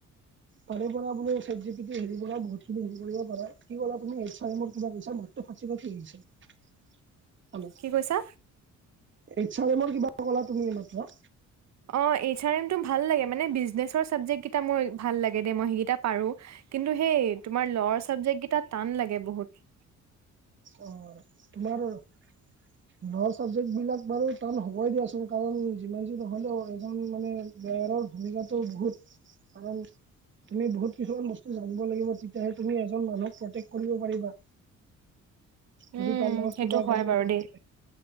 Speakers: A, on the right; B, on the right.
A: তাৰে পৰা বুলো চেট জি পি টিৰ হেৰি পৰা বহুত খিনি হেৰি কৰিব পাৰে, কি কলা তুমি এইচ আৰ এমৰ কিবা কৈছা নি? টো ফাচি ফাচি গিছে। হেল্ল'!
B: কি কৈছা
A: এইচ আৰ এমৰ কিবা ক'লা তুমি এই মাত্ৰ?
B: অ এইচ আৰ এমটো ভাল লাগে মানে বিজনেচৰ চাবজেক্ট কেইটা মই ভাল লাগে দে মই সেইকেইটা পাৰো। কিন্তু সেই তোমাৰ লৱৰ ছাবজেক্টকেইটা টান লাগে বহুত।
A: অ, তোমাৰ লৰ চাব জেক্টবিলাক বাৰু টান হ'বই দিয়াচোন কাৰণ যিমান যি নহ'লেও এজন মানে, বেৰৰ ভূমিকাটো বহুত কাৰণ, তুমি বহুত কিছুমান বস্তু জানিব লাগিব তেতিয়াহে তুমি এজন মানুহক প্ৰটেক্ট কৰিব পাৰিবা। যদি
B: উম,
A: তাৰ লগত
B: সেইটো
A: কিবা
B: হয়
A: গলে
B: বাৰু
A: ভয়
B: দেই।
A: থাকে।